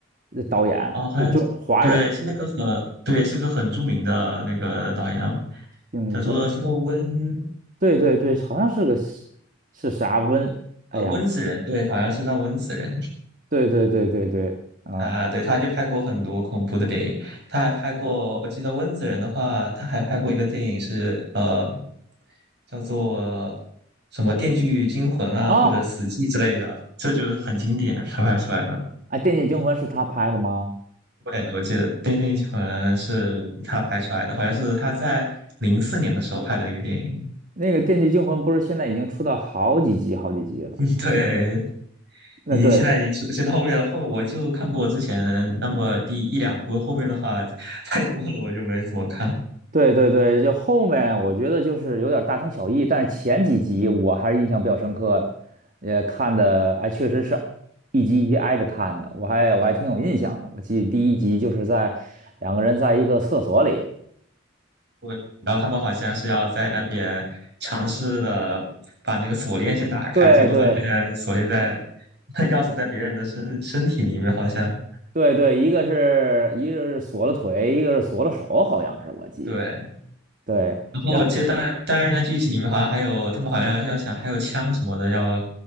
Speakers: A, on the right; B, on the right.
A: 的导演是中华人，
B: 哦，好像对，是那个很对，
A: 是一个
B: 是个很著名的那个导演，
A: 姓温，
B: 叫做叫做温
A: 对对对，好像是个是是啥温，哎呀，
B: 呃温子仁，对，好像是叫温子仁。
A: 对对对对对啊
B: 啊，对，他就拍过很多恐怖的电影，他还拍过，我记得温子仁的话，他还拍过一个电影是呃，叫做什么《电锯惊魂》啊，
A: 哦，
B: 或者《死寂》之类的，这就是很经典，他拍出来的。
A: 哎，《电锯惊魂》是他拍的吗？
B: 对，我记得《电锯惊魂》是他拍出来的，好像是他在零四年的时候拍的一个电影。
A: 那个《电锯惊魂》不是现在已经出到好几集好几集了？
B: <laughs> 对，
A: 那对
B: 已经现在已经出现在后面了后面我就看过之前那么第一两部，后面的话 <laughs> 太多了，我就没怎么看。
A: 对对对，就后面我觉得就是有点大同小异，但是前几集我还是印象比较深刻的，
B: 嗯
A: 也看的哎，确实是一集一集挨着看的，我还我还挺有印象的。我记得第一集就是在两个人在一个厕所里，
B: 对，然后他们好像是要在那边尝试的把那个锁链先打开，
A: 对对
B: 结果发现锁链在 <laughs> 钥匙在别人的身身体里面，好像
A: 对对，一个是一个是锁了腿，一个是锁了手，好像是我记得，
B: 对。
A: 对，
B: 然后接记得当然当然，
A: 让
B: 那剧情里面好像还有他们好像要想还有枪什么的，要